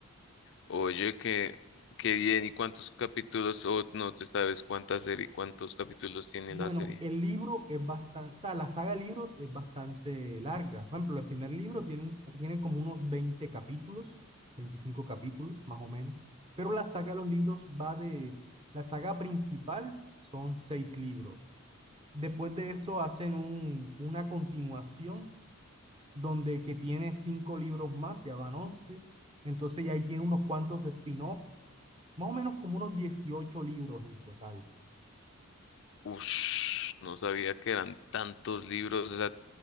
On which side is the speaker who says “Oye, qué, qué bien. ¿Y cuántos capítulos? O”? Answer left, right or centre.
Left